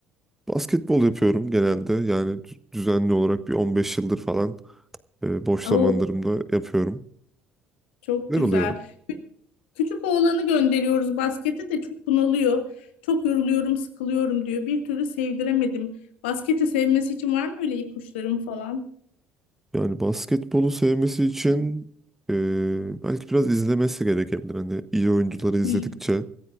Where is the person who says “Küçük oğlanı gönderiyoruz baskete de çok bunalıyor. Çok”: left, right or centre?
Left